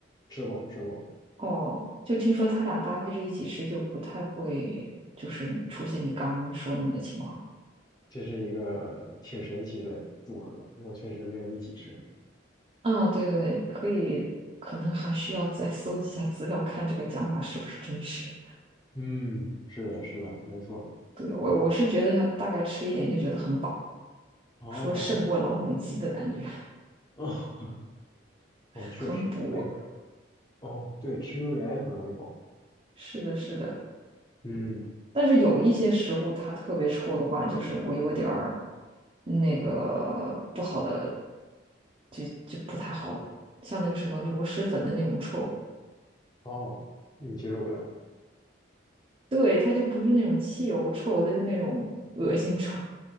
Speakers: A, on the left; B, on the right.
A: 吃过吃过，
B: 哦，就听说它俩搭配着一起吃，就不太会，就是你出现你刚刚说的那个情况。
A: 这是一个挺神奇的组合，我确实没有一起吃过。
B: 嗯，对对对，可以，可能还需要再搜集一下资料，看这个讲法是不是真实。
A: 嗯，是的，是的，没错。
B: 对，我我是觉得它大概吃一点就觉得很饱。
A: 哦，
B: 说胜过老母鸡的感觉，
A: 哦，<laughs>
B: <laughs>
A: 哦，确实，
B: 很补。
A: 哎呀，哦，对，吃榴莲也很容易饱。
B: 是的，是的。
A: 嗯，
B: 但是有一些食物它特别臭的话，就是我有点儿那个不好的，就就不太好了。像那个什么螺蛳粉的那种臭，
A: 哦，你接受不了，
B: 对，它就不是那种汽油臭，它是那种恶心臭。